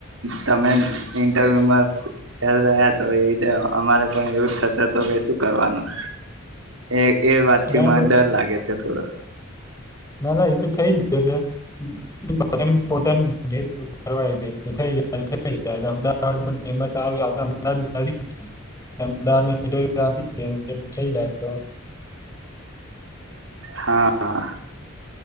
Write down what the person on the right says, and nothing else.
તમે ઇન્ટરવ્યુમાં ફેલ રહ્યા તો એવી રીતે અમારે પણ એવું જ થશે તો પઈ શું કરવાનું? એ એ વાત થી
મને ડર લાગે છે. થોડો.
હા